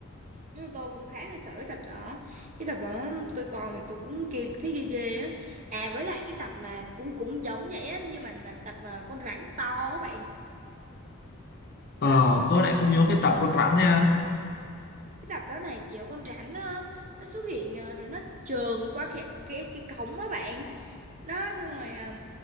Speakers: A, on the right; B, on the left.
A: nhưng mà tôi cũng khá là sợ cái tập đó cái tập đó tôi coi mà tôi cũng kia thấy ghê ghê á à với lại cái tập mà cũng cũng giống vậy á nhưng mà là tập mà con rắn to á bạn
B: ờ tôi lại không nhớ cái tập con rắn nha
A: cái tập đó này kiểu con rắn nó, nó xuất hiện ờ, rồi nó trườn qua cái cái cái cổng á bạn đó xong rồi ờ,